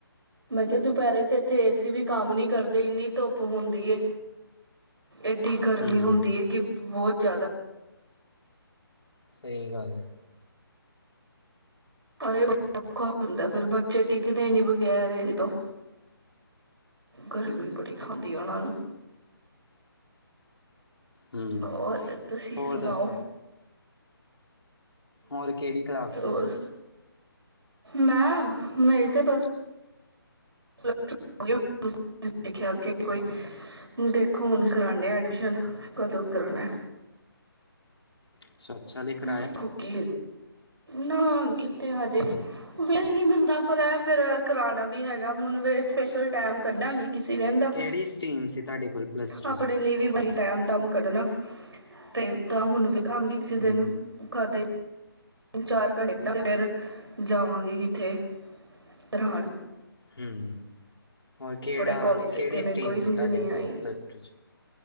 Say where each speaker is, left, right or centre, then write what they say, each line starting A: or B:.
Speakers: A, on the right; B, on the left.
A: ਮੈਂ ਕਿਹਾ ਦੁਪਹਿਰੇ ਤੇ ਇੱਥੇ ਏਸੀ ਵੀ ਕੰਮ ਨੀ ਕਰਦੇ ਇੰਨੀ ਧੁੱਪ ਹੁੰਦੀ ਏ। ਐਡੀ ਗਰਮੀ
B: ਹੂੰ
A: ਹੁੰਦੀ ਐ ਕਿ ਬਹੁਤ <unintelligible>
B: ਸਹੀ ਗੱਲ ਹੈ।
A: ਅਰੇ <unintelligible> ਔਖਾ ਹੁੰਦਾ ਫਿਰ ਬੱਚੇ ਟਿਕਦੇ ਨੀ ਬਗੈਰ ਏਤੋਂ ਗਰਮੀ ਬੜੀ ਖਾਂਦੀ ਆ ਉਹਨਾਂ ਨੂੰ
B: ਹਮ
A: ਔਰ ਤੁਸੀਂ
B: ਹੋਰ
A: ਸੁਣਾਓ
B: ਦੱਸੋ। ਹੋਰ ਕਿਹੜੀ ਕਲਾਸ
A: ਹੋਰ
B: ਚ ਔ
A: ਮੈਂ, ਮੇਰੀ ਤੇ ਬਸ <unintelligible> <unintelligible> ਦੇਖਿਆ ਅੱਗੇ ਕੋਈ, ਦੇਖੋ ਹੁਣ ਕਰਾਨੇ ਆ ਐਡਮਿਸ਼ਨ ਕਦੋਂ ਕਰਾਣਾ।
B: ਅੱਛਾ ਅੱਛਾ ਲੇ ਕਰਾਇਆ
A: ਦੇਖੋ
B: ਨ।
A: ਕੀ ਨਾ ਕਿੱਥੇ ਹਜੇ ਵੇਲ ਨਹੀਂ ਮਿਲਦਾ ਪਰ ਇਹ ਫਿਰ ਕਰਾਣਾ ਵੀ ਹੈਗਾ ਹੁਣ ਸਪੈਸ਼ਲ ਟਾਈਮ ਕੱਢਾਂਗੀ। ਕਿਸੀ ਰਹਿੰਦਾ।
B: ਕਿਹੜੀ ਸਟ੍ਰੀਮ ਸੀ ਤੁਹਾਡੇ ਕੋਲ। ਪਲੱਸ
A: ਆਪਣੇ
B: 'ਚ
A: ਲਈ ਵੀ ਬੜੀ ਟੈਮ ਕੰਮ ਕੱਢਣਾ ਤੇ ਤਾਂ ਹੁਣ ਵੀ ਹਾਂਗੀ ਸੀ <unintelligible>
B: ਹੂੰ
A: ਖਾਤੇ ਤਿੰਨ-ਚਾਰ ਘੰਟੇ ਫਿਰ ਜਾਵਾਂਗੀ ਕਿੱਥੇ ਰਾਨ
B: ਹ ਹੋਰ ਕਿਹੜਾ
A: ਕਾਲਜ ਵੇਖੇ
B: ਕਿਹੜੀ
A: ਨੇ
B: ਸਟੀਮ
A: ਕੋਈ ਸਮਝ
B: ਸੀ ਤੁਹਾਡੇ
A: ਨਹੀਂ
B: ਕੋਲ
A: ਆਈ
B: ਪਲੱਸ ਟੂ ਚ।